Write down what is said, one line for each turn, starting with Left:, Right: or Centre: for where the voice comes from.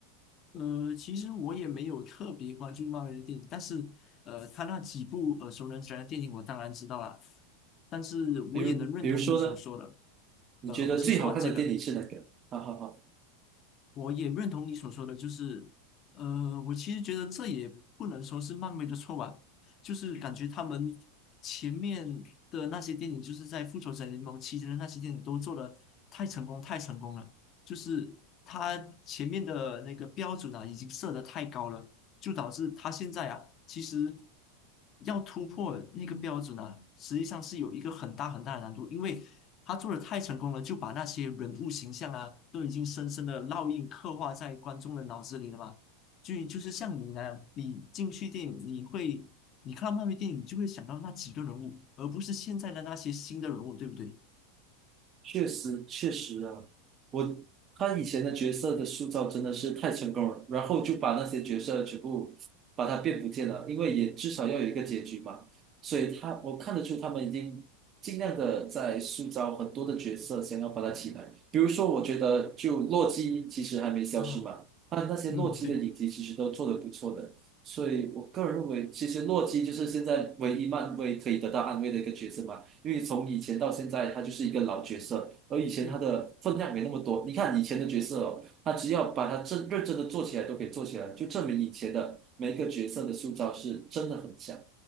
Left: 呃，其实我也没有特别关注漫威的电影，但是呃，他那几部呃，熟能详的电影我当然知道啦，但是我也能认同你所说的。
Right: 比如比如说呢？你觉得最好看的电影是哪个？
Left: 呃，我先说完这个，
Right: 好好好。
Left: 我也认同你所说的，就是呃，我其实觉得这也不能说是漫威的错吧，就是感觉他们前面的那些电影，就是在复仇者联盟期间的那些电影都做的太成功，太成功了。就是它前面的那个标准啊，已经设得太高了，就导致他现在啊，其实要突破那个标准啊，实际上是有一个很大很大的难度，因为他做的太成功了，就把那些人物形象啊，都已经深深的烙印刻画在观众的脑子里了嘛。就就是像你那样，你进去电影，你会你看到漫威电影，你就会想到那几个人物，而不是现在的那些新的人物，对不对？
Right: 确实，确实啊，我他以前的角色的塑造真的是太成功了，然后就把那些角色全部把它变不见了，因为也至少要有一个结局嘛，所以他我看得出他们已经尽量的在塑造很多的角色，想要把它起来。比如说，我觉得就洛基其实还没消失嘛，
Left: 啊，
Right: 那那些洛基的影集其实都做得不错的，
Left: 嗯，对
Right: 所以我个人认为，其实洛基就是现在唯一漫威可以得到安慰的一个角色嘛。因为从以前到现在，他就是一个老角色，而以前他的分量没那么多。
Left: 对，
Right: 你看以前的角色哦，他只要把他真认真的做起来，都可以做起来，就证明以前的每一个角色的塑造是真的很强。